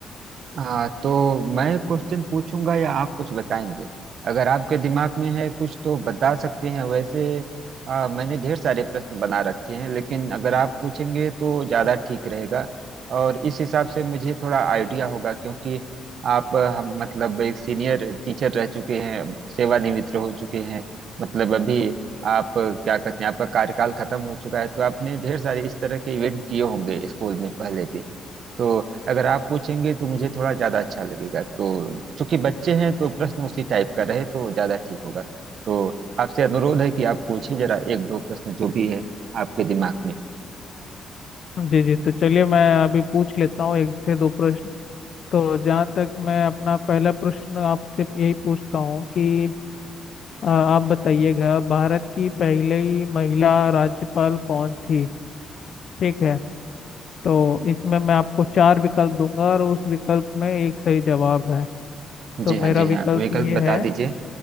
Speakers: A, on the right; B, on the left.
A: हाँ तो मैं क्वेश्चन पूछूंगा या आप कुछ बताएंगे अगर आपके दिमाग में है कुछ तो बता सकते हैं वैसे आ, मैंने ढेर सारे प्रश्न बना रखे हैं लेकिन अगर आप पूछेंगे तो ज़्यादा ठीक रहेगा और इस हिसाब से मुझे थोड़ा आइडिया होगा क्योंकि आप आ, हम मतलब एक सीनियर टीचर रह चुके हैं सेवानिवृत्त हो चुके हैं मतलब अभी आप आ, क्या कहते हैं आपका कार्यकाल खत्म हो चुका है तो आपने ढेर सारे इस तरह के इवेंट किए होंगे स्कूल में पहले भी तो अगर आप पूछेंगे तो मुझे थोड़ा ज्यादा अच्छा लगेगा तो चूंकि बच्चे हैं तो प्रश्न उसी टाइप का रहे तो ज्यादा ठीक होगा तो आपसे अनुरोध है कि आप पूछिए जरा एक दो प्रश्न जो भी है आपके दिमाग में
B: जी जी तो चलिए मैं अभी पूछ लेता हूँ एक से दो प्रश्न तो जहाँ तक मैं अपना पहला प्रश्न आपसे यही पूछता हूँ कि अ, आप बताइएगा भारत की पहली महिला राज्यपाल कौन थी ठीक है तो इसमें मैं आपको चार विकल्प दूंगा और उस विकल्प में एक सही जवाब है तो
A: जी हाँ
B: मेरा
A: जी
B: विकल्प
A: हाँ विकल्प
B: ये
A: बता
B: है
A: दीजिए